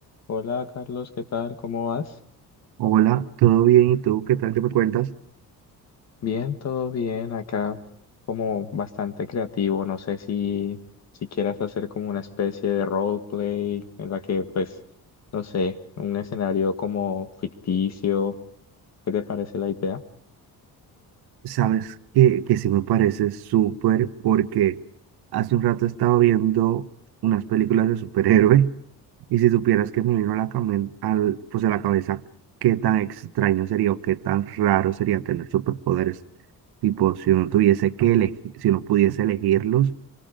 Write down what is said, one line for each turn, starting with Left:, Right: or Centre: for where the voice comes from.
Left: Hola Carlos, ¿qué tal? ¿Cómo vas?
Right: Hola, ¿todo bien? ¿Y tú qué tal que me cuentas?
Left: Bien, todo bien. Acá como bastante creativo. No sé si, si quieras hacer como una especie de roleplay en la que pues, no sé, un escenario como ficticio. ¿Qué te parece la idea?
Right: Sabes que, que sí me parece súper porque hace un rato estaba viendo unas películas de superhéroe <laughs> y si supieras que me vino a la, camen- al, pues a la cabeza qué tan extraño sería o qué tan raro sería tener superpoderes. Tipo, si uno tuviese que elegir, si uno pudiese elegirlos